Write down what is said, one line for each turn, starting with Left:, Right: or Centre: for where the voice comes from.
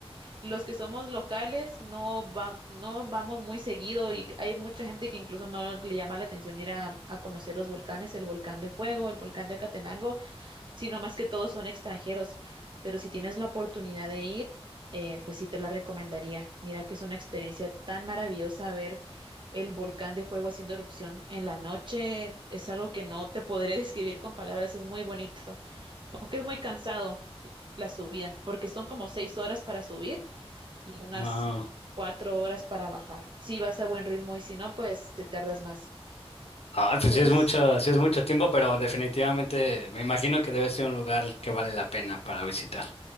Right: los que somos locales no, va- no vamos muy seguido y hay mucha gente que incluso no le llama la atención ir a, a conocer los volcanes, el volcán de Fuego, el volcán de Acatenango, sino más que todos son extranjeros. Pero si tienes la oportunidad de ir, eh, pues sí te la recomendaría. Mira que es una experiencia tan maravillosa ver el volcán de Fuego haciendo erupción en la noche. Es algo que no te podré <laughs> describir con palabras, es muy bonito, aunque es muy cansado la subida, porque son como seis horas para subir y unas
Left: Wow.
Right: cuatro horas para bajar. Si vas a buen ritmo y si no, pues te tardas más.
Left: Ah, pues
Right: Pero
Left: sí es
Right: es-
Left: mucho, sí es mucho tiempo, pero definitivamente me imagino que debe ser un lugar que vale la pena para visitar.